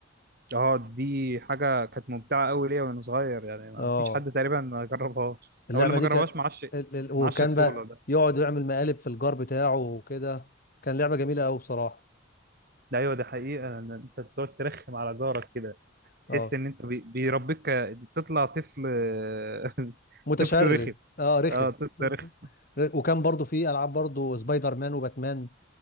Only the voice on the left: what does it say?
اه
اللعبة
دي
كان
ال- ال- وكان
بقى
يقعد يعمل مقالب في الجار بتاعه وكده كان لعبة جميلة قوي بصراحة
اه
متشرد
اه رخم
ر- وكان برضو في العاب برضو سبايدر مان وباتمان